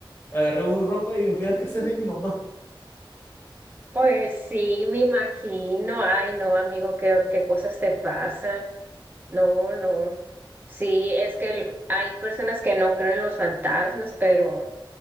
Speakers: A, on the left (about 25°); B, on the right (about 25°).
A: agarré un ropa y me fui a la casa de mi mamá.
B: Pues sí, me imagino. Ay, no, amigo, qué, qué cosas te pasan. No, no. Sí, es que el- hay personas que no creen en los fantasmas, pero,